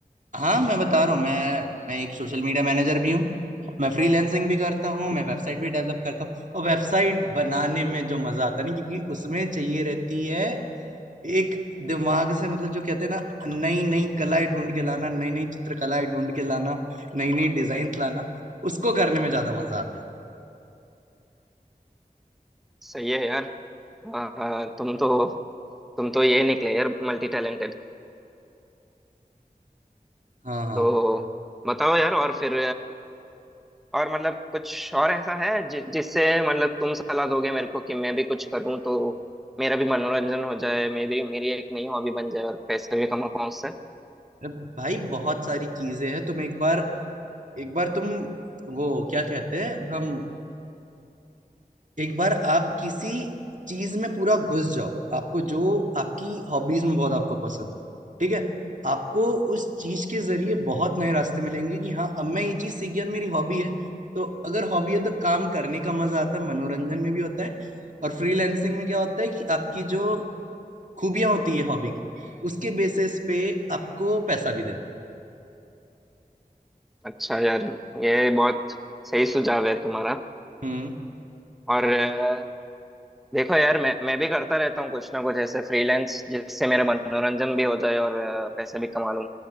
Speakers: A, on the right; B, in the centre.
A: हाँ मैं बता रहा हूँ मैं मैं एक सोशल मीडिया मैनेजर भी हूँ मैं फ्रीलैंसिंग भी करता हूँ मैं वेबसाइट भी डेवलप करता हूँ और वेबसाइट बनाने में जो मजा आता है ना क्योंकि उसमें चाहिए रहती है एक दिमाग से मतलब जो कहते हैं ना नई नई कलाएं ढूंढ के लाना नई नई चित्रकलाएं ढूंढ के लाना नई नई डिजाइन लाना उसको करने में ज्यादा मजा आता है
B: सही है यार अ, तुम तो तुम तो ये निकले यार मल्टी टैलेंटेड
A: हाँ हाँ
B: तो बताओ यार और फिर और मतलब कुछ और ऐसा है जि जिससे मतलब तुम सलाह दोगे मेरे को कि मैं भी कुछ करूं तो मेरा भी मनोरंजन हो जाए मैं भी मेरी एक नई हॉबी बन जाए और पैसे भी कमा पाऊं उससे
A: अब भाई बहुत सारी चीजें हैं तुम एक बार एक बार तुम वो क्या कहते हैं हम एक बार आप किसी चीज में पूरा घुस जाओ आपको जो आपकी हॉबीज में बहुत आपको पसंद हो ठीक है आपको उस चीज के जरिए बहुत नए रास्ते मिलेंगे कि हाँ अब मैं ये चीज सीख गया मेरी हॉबी है तो अगर हॉबी है तो काम करने का मजा आता है मनोरंजन में भी होता है और फ्रीलैंसिंग में क्या होता है कि आपकी जो खूबियां होती है हॉबी की उसके बेसिस पे आपको पैसा भी देते हैं
B: अच्छा यार ये बहुत सही सुझाव है तुम्हारा
A: हम्म
B: और अ, देखो यार मैं मैं भी करता रहता हूँ कुछ ना कुछ ऐसे फ्रीलांस जिससे मेरा मनोरंजन भी हो जाए और अ, पैसे भी कमा लूं